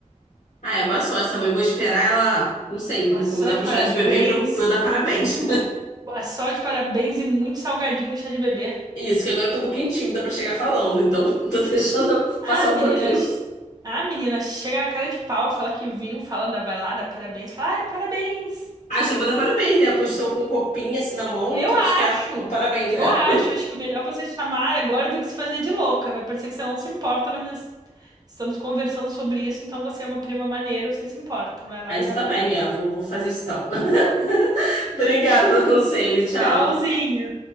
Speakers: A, on the left; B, on the right.
A: Ah, é boa sorte também. Vou esperar ela, não sei,
B: Boa
A: me
B: sorte,
A: convidar pro
B: parabéns.
A: chá de bebê pra eu pra eu dar parabéns.
B: Boa sorte, parabéns e muito salgadinho no chá de bebê.
A: Isso, que agora eu tô um pouquinho tímida pra chegar falando, então <laughs> tô deixando
B: Ah,
A: passar
B: menina.
A: um pouquinho.
B: ch- Ah, menina, chega na cara de pau, fala que viu, fala da vai lá, dá parabéns, fala, ai, parabéns.
A: Ah, Acho que eu vou dar parabéns, né? Postou com roupinha assim na mão,
B: Eu
A: então acho que é
B: acho,
A: um parabéns,
B: eu
A: né?
B: acho, acho que o melhor é você chamar agora do que se fazer de louca. Vai parecer que você não se importa, mas nós estamos conversando sobre isso, então você é uma prima maneira, você se importa. Vai lá
A: Ah, então
B: e dá
A: tá
B: parabéns.
A: bem, é, vou, vou fazer isso então. <laughs> Obrigada pelo conselho, tchau.
B: Tchauzinho.